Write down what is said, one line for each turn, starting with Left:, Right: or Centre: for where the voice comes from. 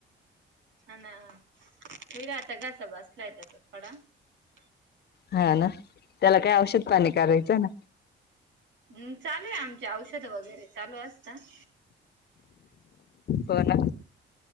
Right: ह ना. <unintelligible> येईल, आता घसा बसलाय त्याचा थोडा. <inaudible>
Left: हा ना, त्याला काय औषध पाणी करायचं ना.
Right: हम् चालू ये आमचे औषध वगैरे चालू असता. <inaudible>
Left: हो ना.